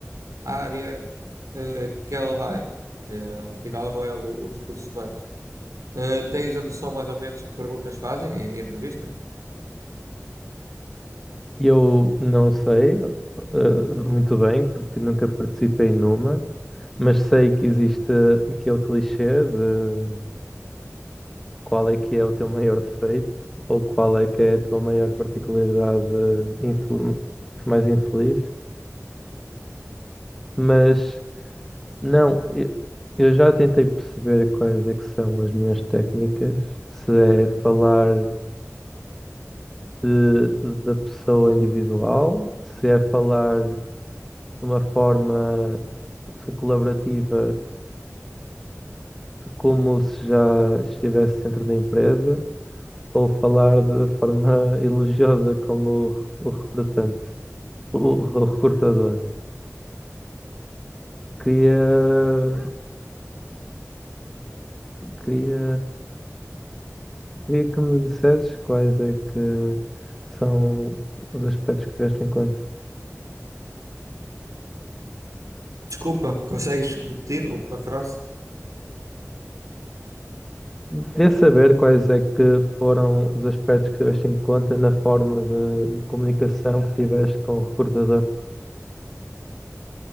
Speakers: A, on the right (about 85°); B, in the centre.
A: área eh, que ela vai. Quer dizer, Afinal, não é o- os recursos humanos. Eh, tens a noção mais ou menos que perguntas fazem em em entrevista?
B: Eu não sei, eh, muito bem, porque nunca participei numa, mas sei que existe aquele clichê de qual é que é o teu maior defeito ou qual é que é a tua maior particularidade infel- mais infeliz, mas não, eu, eu já tentei perceber quais é que são as minhas técnicas, se é falar de- da pessoa individual, se é falar de uma forma colaborativa como se já estivesse dentro da empresa, ou falar de forma <laughs> elogiosa com o, o recrutante, o, o recrutador. Queria, queria, queria que me dissesses quais é que são os aspectos que tiveste em conta.
A: Desculpa, consegues repetir a última frase?
B: Queria saber quais é que foram os aspectos que tiveste em conta na forma de de comunicação que tiveste com o recrutador.